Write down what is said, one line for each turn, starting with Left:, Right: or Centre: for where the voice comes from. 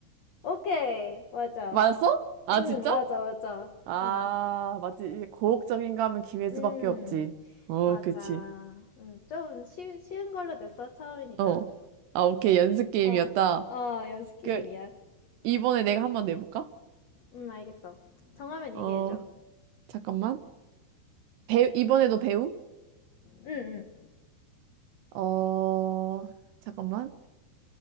Left: 오케이 맞아.
Right: 맞았어? 아,
Left: 응
Right: 진짜?
Left: 맞아 맞아.
Right: 아,
Left: 응.
Right: 맞지. 이게 고혹적인가 하면 김혜수밖에
Left: 음
Right: 없지. 어,
Left: 맞아.
Right: 그치.
Left: 음, 좀 쉬, 쉬운 걸로 됐어 처음이니까.
Right: 어. 아, 오케이. 연습 게임이었다.
Left: 어, 어, 연습 게임이야.
Right: 그, 이번에 내가 한번 내볼까?
Left: 음, 알겠어. 정하면
Right: 어,
Left: 얘기해줘.
Right: 잠깐만. 배우, 이번에도 배우?
Left: 응, 응,
Right: 어, 잠깐만.